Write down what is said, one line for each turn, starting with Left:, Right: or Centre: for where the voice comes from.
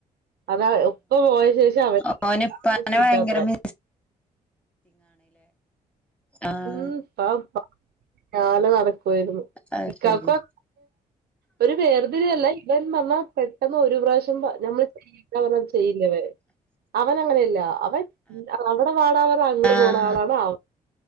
Right: അതാ ഉപ്പ പോയ ശേഷം അവർക്ക്
Centre: ഉ ഓനിപ്പനെ
Right: സീറ്റാത്രേ
Centre: ഭയങ്കര <unintelligible> ആഹ്
Right: ഉം പപ്പള അ <unintelligible> പോയിരുന്നു
Centre: അത്
Right: ഇക്കക്കും
Centre: ശരി
Right: ഒരു വേർതിരിയല്ല ഇവൻ പറ പെട്ടെന്ന് ഒരു പ്രാവശ്യം നമ്മള് ചെയ്യില്ല പറാത് ചെയ്യില്ലവേ അവൻ അങ്ങനെയല്ല അവൻ അവിടെ പാടതൻ അങ്ങു
Centre: ആഹ്
Right: പോണ ആളാണ് അവ